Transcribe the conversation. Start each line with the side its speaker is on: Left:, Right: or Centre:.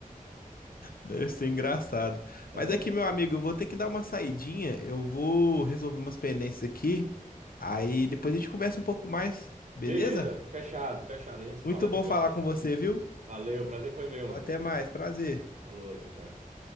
Left: Deve ser engraçado.
Right: É,
Left: Mas aqui, meu amigo, eu vou ter que dar uma saidinha. Eu vou resolver umas pendências aqui. Aí depois a gente conversa um pouco mais, beleza?
Right: beleza, fechado, fechado. A gente se
Left: Muito
Right: fala
Left: bom
Right: depois
Left: falar
Right: aí.
Left: com você, viu?
Right: Valeu, prazer foi meu,
Left: Até
Right: amigo.
Left: mais, prazer.
Right: Falou, tchau, tchau.